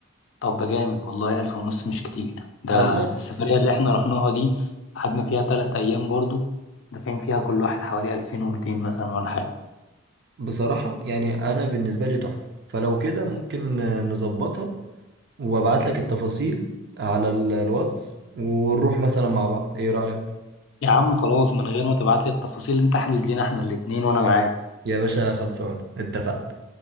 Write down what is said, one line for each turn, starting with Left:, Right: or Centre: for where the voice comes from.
Left: طب ده جامد والله الف ونص مش كتير ده
Right: لا لا،
Left: السفريه اللي احنا رحناها دي قعدنا فيها تلات ايام برضو دافعين فيها كل واحد حوالي 2200 مثلا ولا حاجه
Right: بصراحة يعني انا بالنسبة لي تحفة فلو كده ممكن آه، نظبطها وابعت لك التفاصيل على ال- الواتس ونروح مثلا مع بعض ايه رأيك
Left: يا عم خلاص من غير ما تبعت لي التفاصيل انت احجز لينا احنا الاتنين وانا معاك
Right: يا باشا خلصان اتفقنا